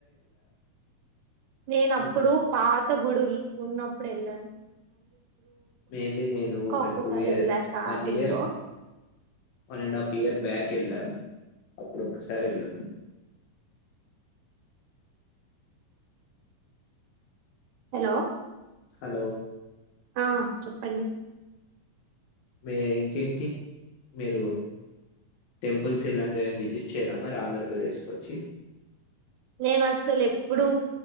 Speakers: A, on the right; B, on the left.
A: నేన
B: హ్మ్
A: అప్పుడు పాత అంత గుడి ఉన్నప్పుడు వెళ్ళను
B: మేబి నేను ఒక
A: ఒక్కసారి
B: టూ ఇయర్
A: వెళ్ళా స్టార్టింగ్
B: వన్ ఇయర్
A: లో
B: one and half year back వెళ్ళ అప్పుడు ఒక్కసారి వెళ్ళ
A: హలో
B: హలో
A: ఆ చెప్పండి
B: మీ ఇంకేంటి మీరు టెంపుల్స్ ఇలాంటివి ఏమి విజిట్ చేయరా మరి ఆంధ్రప్రదేశ్కు వచ్చి
A: నేను అసలు ఎప్పుడూ